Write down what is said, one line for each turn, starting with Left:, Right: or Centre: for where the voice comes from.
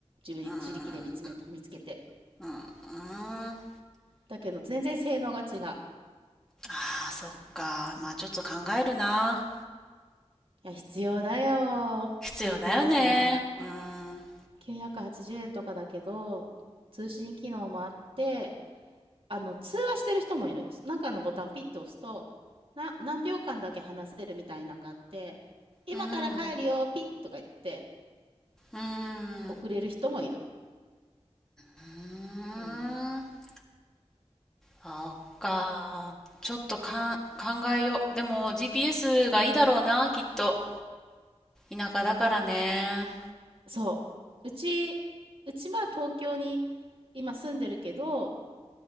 Right: 自自力で見つめ、
Centre: うーん。
Right: 見つけて。
Centre: うん。うん
Right: だけど、全然性能が違う。
Centre: ああ、そっか。
Right: うん、
Centre: まあちょっと考えるな。
Right: いや、必要だよ。
Centre: 必要だよね。
Right: GPS は。
Centre: うーん。
Right: 980円とかだけど、通信機能もあって、あの、通話してる人もいる。なんかのボタンピッと押すと、な、何秒間だけ話せるみたいなのがあって、今から帰るよ、
Centre: うーん。
Right: ピッとか言って、
Centre: うー
Right: 遅れる人もいる。
Centre: ん。うーん。
Right: うん。
Centre: あっか。ちょっとかん、考えよう。でも GPS がいいだろうな、
Right: うん。
Centre: きっと。田舎だからね。
Right: そう。うち、うちは東京に今住んでるけど、